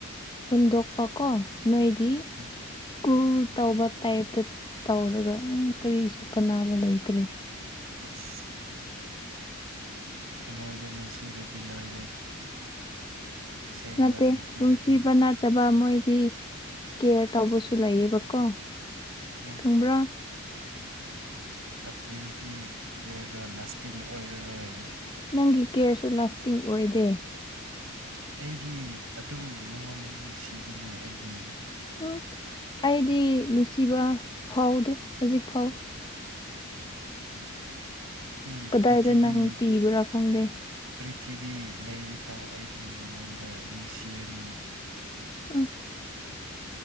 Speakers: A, on the left (about 20°); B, on the right (about 70°).
A: ꯍꯨꯟꯗꯣꯛꯄꯀꯣ ꯅꯣꯏꯗꯤ
B: ꯎꯝ
A: ꯁ꯭ꯀꯨꯜ ꯇꯧꯕ ꯇꯥꯏꯞꯇ ꯇꯧꯔꯒ ꯀꯔꯤꯁꯨ ꯀꯥꯟꯅꯕ ꯂꯩꯇ꯭ꯔꯦ
B: ꯑꯁ ꯊꯃꯣꯏꯗ ꯅꯨꯡꯁꯤꯔꯗꯤ ꯂꯣꯏꯔꯦ ꯑꯁꯦꯡꯕ
A: ꯅꯠꯇꯦ
B: ꯅꯨꯡꯁꯤꯔꯗꯤ
A: ꯅꯨꯡꯁꯤꯕ ꯅꯠꯇꯕ ꯃꯣꯏ ꯍꯥꯏꯗꯤ ꯀꯦꯌꯔ ꯇꯧꯕꯁꯨ ꯂꯩꯌꯦꯕꯀꯣ
B: ꯎꯝ
A: ꯈꯪꯕ꯭ꯔꯥ
B: ꯇꯄ꯭ꯔꯤꯁꯤ ꯀꯤꯌ꯭ꯔꯗꯣ ꯂꯥꯁꯇꯤꯡ ꯑꯣꯏꯔꯔꯣꯏ
A: ꯅꯪꯒꯤ ꯀꯦꯌ꯭ꯔꯁꯨ ꯂꯥꯁꯇꯤꯡ ꯑꯣꯏꯗꯦ
B: ꯑꯩꯗꯤ ꯑꯗꯨꯝ ꯅꯉꯣꯟꯗ ꯅꯨꯡꯁꯤꯕꯅꯦ ꯑꯩꯗꯤ
A: ꯎꯝ ꯑꯩꯗꯤ ꯅꯨꯡꯁꯤꯕ ꯐꯥꯎꯗꯦ ꯍꯧꯖꯤꯛ ꯐꯥꯎ
B: ꯏ
A: ꯀꯗꯥꯏꯗ
B: ꯄ꯭ꯔꯤꯊꯤꯕꯤ
A: ꯅꯪ ꯄꯤꯕ꯭ꯔꯥ ꯈꯪꯗꯦ
B: ꯄ꯭ꯔꯤ ꯇꯤꯚꯤ ꯂꯩꯔꯤꯐꯥꯎ ꯑꯩꯗꯤ ꯅꯪꯉꯣꯟꯗ ꯅꯨꯡꯁꯤꯔꯅꯤ
A: ꯎꯝ